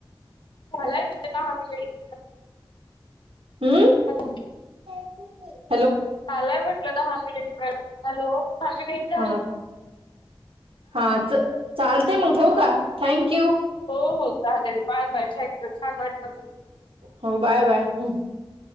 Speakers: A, on the left (about 65°); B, on the right (about 90°).
A: झालाय, <unintelligible>
B: हम्म
A: हॅलो!
B: <inaudible>
A: झालाय, म्हटलं दहा मिनिट वेळ हॅलो! दहा मिनिट झालं
B: हा हा <unintelligible> ते मग ठेवू का? थँंक्यू!
A: हो हो चालेल बाय बाय! थँक्यु छान! वाटलं.
B: हो, बाय बाय!